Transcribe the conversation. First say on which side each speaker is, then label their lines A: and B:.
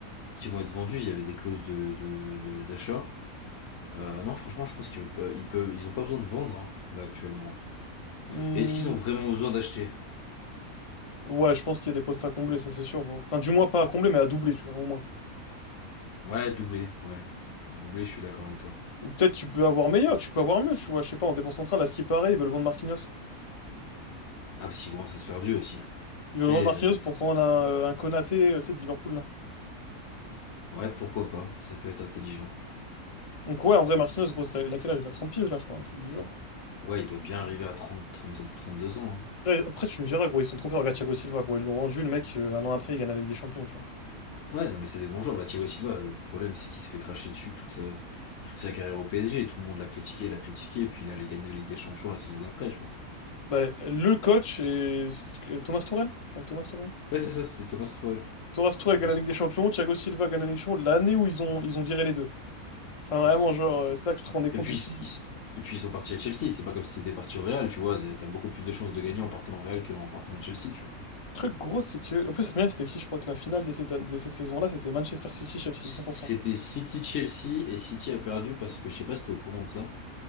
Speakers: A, on the left; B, on the left.
A: qui vont être vendus. Il y avait des clauses de, de- de- d'achat. Euh, non, franchement, je pense qu'ils peuvent, ils peuvent, ils ont pas besoin de vendre, hein, là, actuellement.
B: Hmm,
A: Et est-ce qu'ils ont vraiment besoin d'acheter?
B: ouais, je pense qu'il y a des postes à combler, ça c'est sûr. gros. Enfin, du moins, pas à combler, mais à doubler, tu vois, au moins.
A: Ouais, doublé, ouais. Doublé, je suis d'accord avec toi.
B: Ou peut-être tu peux avoir meilleur, tu peux avoir mieux, tu vois. Je sais pas, en défense centrale, à ce qui paraît, ils veulent vendre Marquinhos.
A: Ah, parce qu'ils commencent à se faire vieux aussi. Après,
B: Ils veulent vendre Marquinhos
A: euh,
B: pour prendre un, euh, un Konaté, euh, tu sais, de Liverpool, là.
A: ouais, pourquoi pas? Ça peut être intelligent.
B: Donc, ouais, en vrai, Marquinhos, gros, il a, il a quel âge? Il a 30 piges, là, je crois, un truc du genre.
A: Ouais, il doit bien arriver à trente, trente, trente-deux ans, hein.
B: Après, après, tu me diras, gros, ils sont trompés. Regarde Thiago Silva, gros, ils l'ont vendu, le mec, euh, un an après, il gagne la Ligue des Champions, tu vois.
A: Ouais, non, mais c'est des bons joueurs. Bah, Thiago Silva, le problème, c'est qu'il s'est fait cracher dessus toute, euh, toute sa carrière au PSG. Tout le monde l'a critiqué, l'a critiqué, et puis il allait gagner la Ligue des Champions la saison d'après, je crois.
B: Bah, le coach est c'est- Thomas Tuchel? Ouais, Thomas Tuchel.
A: Ouais, c'est ça, c'est Thomas Tuchel. ouais.
B: Thomas Tuchel
A: Qui l'a-
B: gagne
A: ils
B: la
A: sont-
B: Ligue des Champions, Thiago Silva gagne la Ligue des Champions, l'année où ils ont, ils ont viré les deux. C'est vraiment
A: ouais.
B: genre, euh, c'est là que tu te rendais compte
A: Et puis,
B: aussi.
A: ils, ils- et puis, ils sont partis à Chelsea. C'est pas comme si c'était parti au Real, tu vois. T'as beaucoup plus de chances de gagner en partant au Real qu'en partant à Chelsea, tu vois.
B: Le truc gros, c'est que. En plus, la finale, c'était qui? Je crois que la finale de cette, an- de cette saison-là, c'était Manchester City-Chelsea,
A: C'était
B: 100%.
A: City-Chelsea, et City a perdu parce que, je sais pas si t'es au courant de ça,